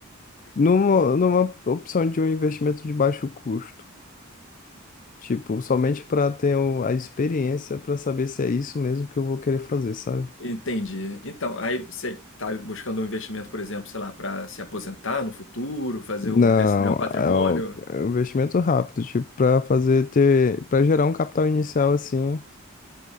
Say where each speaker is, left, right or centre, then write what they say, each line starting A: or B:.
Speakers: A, on the left; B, on the left.
A: Numa, numa opção de um investimento de baixo custo. Tipo, somente para ter o- a experiência para saber se é isso mesmo que eu vou querer fazer, sabe?
B: Entendi. Então, aí você está buscando um investimento, por exemplo, sei lá, para se aposentar no futuro, fazer
A: Não,
B: um crescimento, um patrimônio.
A: é o- é um investimento rápido, tipo, para fazer ter, para gerar um capital inicial assim,